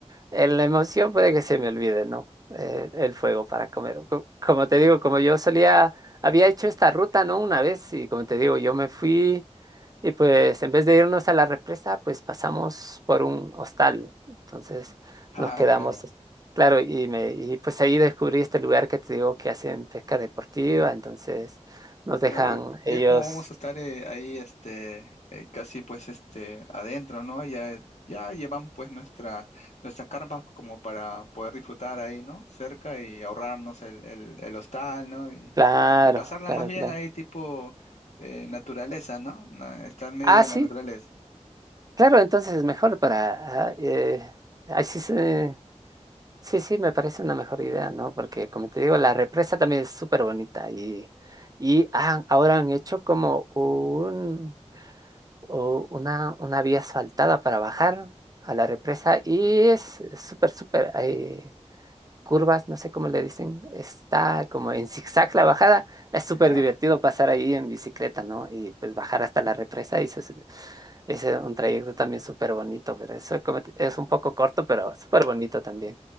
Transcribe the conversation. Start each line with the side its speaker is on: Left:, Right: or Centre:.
Right: en la emoción puede que se me olvide, ¿no? Eh, el fuego para comer. Co- Como te digo, como yo solía, había hecho esta ruta, ¿no? Una vez y como te digo, yo me fui y pues en vez de irnos a la represa, pues pasamos por un hostal. Entonces
Left: Ah,
Right: nos quedamos,
Left: claro.
Right: es- claro, y, me, y pues ahí descubrí este lugar que te digo que hacen pesca deportiva, entonces nos dejan
Left: Creo,
Right: ellos,
Left: ya como vamos a estar eh, ahí este eh, casi pues este adentro, ¿no? Ya ya llevamos pues nuestra nuestras carpas como para poder disfrutar ahí, ¿no? Cerca y ahorrarnos el, el, el hostal, ¿no? Y,
Right: claro,
Left: y pasarla
Right: claro,
Left: más bien
Right: claro.
Left: ahí tipo eh, naturaleza, ¿no? Na- Estar en medio
Right: Ah,
Left: de
Right: sí,
Left: la naturaleza.
Right: claro, entonces es mejor para... ah, eh, Así se. Sí, sí, me parece una mejor idea, ¿no? Porque como te digo, la represa también es súper bonita y, y han- ahora han hecho como un, o una, una vía asfaltada para bajar a la represa y es súper, súper, eh, curvas, no sé cómo le dicen, está como en zigzag la bajada. Es súper
Left: Ya.
Right: divertido pasar ahí en bicicleta, ¿no? Y pues bajar hasta la represa y se- se- es eh, un trayecto también súper bonito, pero eso como te- es un poco corto, pero súper bonito también.